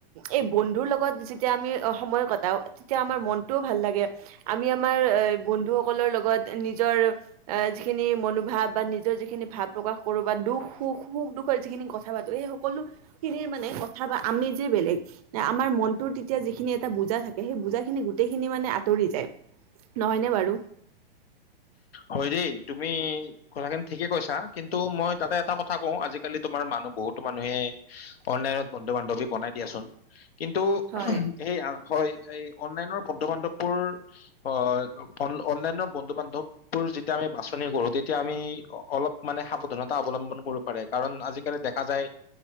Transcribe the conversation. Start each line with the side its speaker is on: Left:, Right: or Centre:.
Right: এই -- বন্ধুৰ লগত লগত যেতিয়া আমি সময় কটাও তেতিয়া আমাৰ মনটোও ভাল লাগে আমি আমাৰ বন্ধুসকলৰ লগত নিজৰ যিখিনি মনোভাৱ বা নিজৰ যিখিনি ভাৱ প্ৰকাশ কৰো বা দুখ সুখ সুখ দুখৰ যিখিনি কথা পাতো সেই সকলোখিনিৰ মানে কথা বা আমি যে বেলেগ আমাৰ মন তেতিয়া যিখিনি এটা বুজা থাকে সেই বুজা খিনি গোটেইখিনি মানে আঁতৰি যায় নহয়নে বাৰু?
Left: হয় দেই তুমি কথাখিনি ঠিকে কৈছা কিন্তু মই তাতে এটা কথা কওঁ আজিকালি তোমাৰ মানুহ বহুতো মানুহে অনলাইনত বন্ধু বান্ধৱী বনাই দিয়াচোন, কিন্তু
Right: হয়
Left: সেইয়া হয় এই অনলাইনৰ বন্ধু বান্ধৱবোৰ আহ অন অনলাইনৰ বন্ধু বান্ধৱ যেতিয়া আমি বাছনি কৰো তেতিয়া আমি অলপ মানে সাৱধানতা অৱলম্বন কৰো পাৰে কাৰণ আজিকালি দেখা যায়